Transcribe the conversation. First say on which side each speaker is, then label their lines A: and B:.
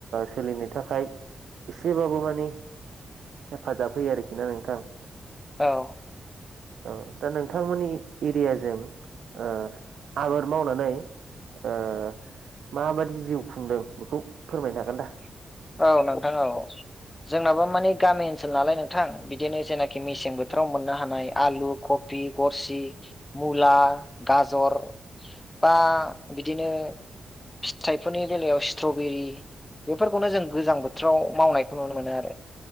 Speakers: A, on the right (about 85°); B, on the left (about 15°).
A: सोलिनो थाखाय एसेबाबो मानि हेफाजाब होयो आरोखि ना नोंथां।
B: औ।
A: औ दा नोंथांमोननि एरियाजों ओ आबाद मावनानै ओ मा बादि जिउ खुंदों बेखौ फोरमायनो हागोन दा?
B: औ नोंथां औ। जोंनाबो माने गामि ओनसोल नालाय नोंथां बिदिनो जेनाखि मेसें बोथोराव मोननो हानाय आलु ख फि गरसि मुला गाजर बा बिदिनो। फिथाइफोरनि बेलायाव स्ट्रबेरि बेफोरखौनो जों गोजां बोथोराव। मावनायखौ नुनो मोनो आरो।